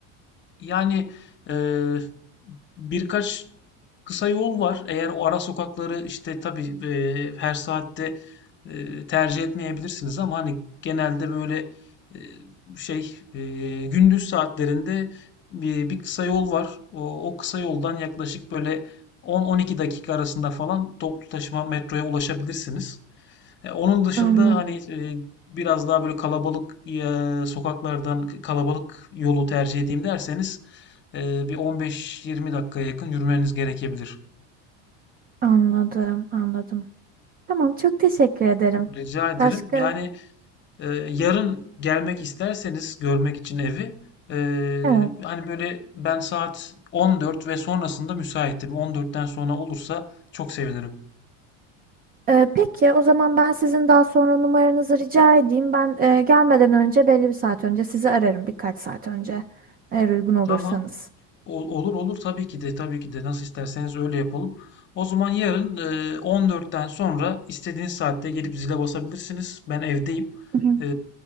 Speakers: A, on the left; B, on the right.
A: Yani eee, birkaç kısa yol var. Eğer o ara sokakları işte tabii eee, her saatte eee, tercih etmeyebilirsiniz ama hani genelde böyle eee, şey eee, gündüz saatlerinde bir, bir kısa yol var. O, o kısa yoldan yaklaşık böyle 10-12 dakika arasında falan toplu taşıma metroya ulaşabilirsiniz. E, onun dışında
B: Anladım,
A: hani e, biraz daha böyle kalabalık e, sokaklardan kalabalık yolu tercih edeyim derseniz e, bir 15-20 dakikaya yakın yürümeniz gerekebilir.
B: anladım, anladım. Tamam, çok teşekkür ederim.
A: Rica ederim.
B: Başka?
A: Yani e, yarın gelmek isterseniz görmek için evi e,
B: Evet.
A: hani böyle ben saat 14 ve sonrasında müsaitim. 14'ten sonra olursa çok sevinirim.
B: E, peki o zaman ben sizin daha sonra numaranızı rica edeyim. Ben e, gelmeden önce belli bir saat önce sizi ararım birkaç saat önce eğer uygun olursanız.
A: Tamam. Ol- Olur olur tabii ki de tabii ki de nasıl isterseniz öyle yapalım. O zaman yarın e, 14'ten sonra istediğiniz saatte gelip zile basabilirsiniz. Ben evdeyim.
B: Hı hı.
A: E,